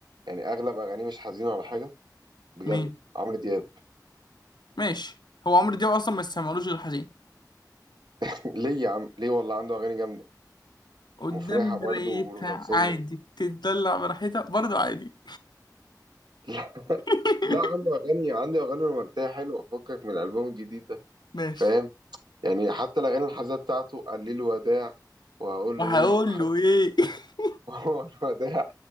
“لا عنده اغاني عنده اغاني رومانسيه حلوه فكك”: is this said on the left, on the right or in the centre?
Right